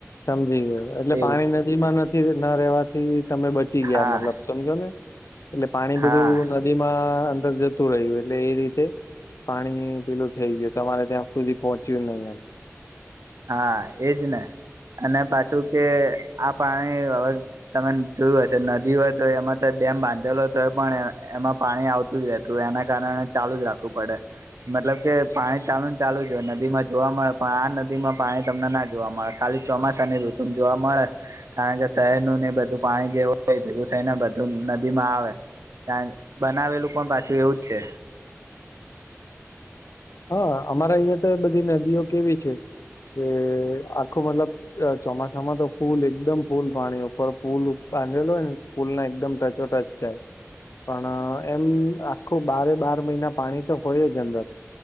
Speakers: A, on the left; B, on the right.
A: સમજી ગયો એટલે
B: એવું
A: પાણી નદી માં નથી ના રહેેવાથી તમે બચી ગયા
B: હા
A: મતલબ સમજો ને. એટલે પાણી બધું
B: હા
A: નદીમાં અંદર જતું રહ્યું એટલે એ રીતે. પાણી પેલું થઈ ગયું તમારે ત્યાં સુધી પહોંચ્યું નહીિ એમ.
B: હા એજ ને અને પાછું કે આ પાણી હવે. તમે જોયું હશે નદી હોય તો એમાં તો ડેમ બાંધેલો તોય પણ એમાં પાણી આવત. તું એના કારણે ચાલુ જ રાખવું પડે. મતલબ કે પાણી ચાલુ ને ચાલુ જ હોય નદીમાં જોવા મળે પણ આ નદી માં. પાણી તમને ના જોવા મળે ખાલી ચોમાસાની ઋતુમ જોવા મળે. કારણ કે શહેર ન ને બધું પાણી જેવું હોય ભવું થઈને બધું નદી માં આવે. ત્યાં બનાવેલું પણ પાછું એવું જ છે.
A: હા અમારા અહિયાં તો બધી નદીઓ કેવી છે કે આખું મતલબ. ચોમાસામાં તો ફૂલ એકદમ ફૂલ પાણી ઉપર ફૂલ બાંધેલો હોય ને.. પુલ ને એકદમ ટચો ટચ થાય. પણ એમ આખું બારે બાર મહિના પાણી તો હોય જ અંદર.